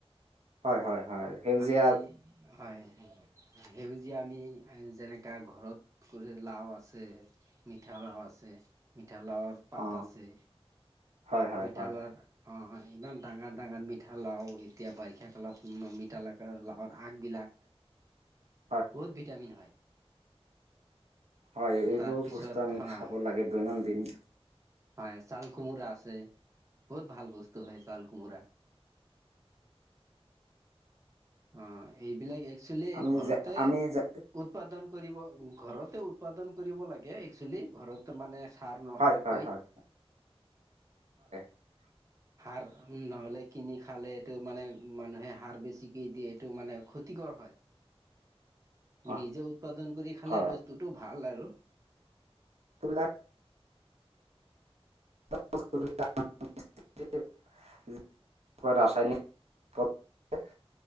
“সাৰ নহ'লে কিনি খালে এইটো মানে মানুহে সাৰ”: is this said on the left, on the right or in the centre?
Right